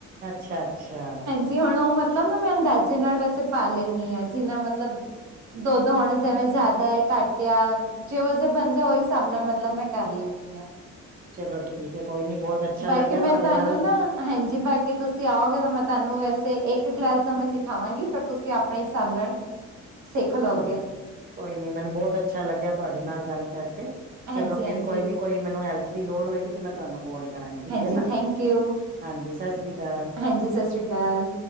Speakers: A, on the right; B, on the right.
A: ਅੱਛਾ ਅੱਛਾ
B: ਜੀ ਹੁਣ ਉਹ ਮਤਲਬ ਨਾ ਮੈਂ ਅੰਦਾਜ਼ੇ ਨਾਲ ਵੈਸੇ ਪਾ ਲੈਂਦੀ ਹਾਂ ਜਿੰਨਾ ਮਤਲਬ ਦੁੱਧ ਹੁਣ ਜਿਵੇਂ ਜ਼ਿਆਦਾ ਹੈ ਘਟ ਇਆ ਜਿਹੋ ਜਿਹੇ ਬੰਦੇ ਉਹਹੀ ਹਿਸਾਬ ਨਾਲ ਮਤਲਬ ਮੈਂ ਕਰ ਲੈਂਨਿ ਹਾਂ
A: ਚਲੋ ਠੀਕ ਕੋਈ ਨੀ ਬਹੁਤ ਅੱਛਾ
B: ਬਾਕੀ
A: ਲੱਗਿਆ
B: ਮੈਂ
A: ਤੁਹਾਡੇ
B: ਤੁਹਾਨੂੰ
A: ਨਾਲ
B: ਨਾ ਹਾਂਜੀ ਬਾਕੀ ਤੁਸੀਂ ਆਓਗੇ ਤਾਂ ਮੈਂ ਤੁਹਾਨੂੰ ਵੈਸੇ ਇੱਕ ਗਲਾਸ ਦਾ ਮੈਂ ਸਿਖਾਵਾਂਗੀ ਫਿਰ ਤੁਸੀਂ ਆਪਣੇ ਹਿਸਾਬ ਨਾਲ ਸਿੱਖ ਲਓਗੇ
A: ਹਾਂਜੀ ਹਾਂ ਕੋਈ ਨੀ ਮੈਨੂੰ ਬਹੁਤ ਅੱਛਾ ਲੱਗਿਆ ਤੁਹਾਡੇ ਨਾਲ ਗੱਲ ਕਰਕੇ
B: ਹਾਂਜੀ-ਹਾਂਜੀ।
A: ਚਲੋ ਫਿਰ ਕੋਈ ਨੀ
B: ਹਾਂਜੀ
A: ਕੋਈ ਮੈਨੂੰ ਹੈਲਪ ਦੀ ਲੋੜ ਹੋਏਗੀ ਤੇ ਮੈਂ ਤੁਹਾਨੂੰ ਕੋਲ ਕਰਾਂਗੀ ਠੀਕ
B: ਹਾਂਜੀ
A: ਹੈ ਨਾ
B: ਥੈਂਕ ਯੂ
A: ਹਾਂਜੀ ਸਤਿ ਸ੍ਰੀ ਅਕਾਲ
B: ਹਾਂਜੀ ਸਤਿ ਸ਼੍ਰੀ ਕਾਲ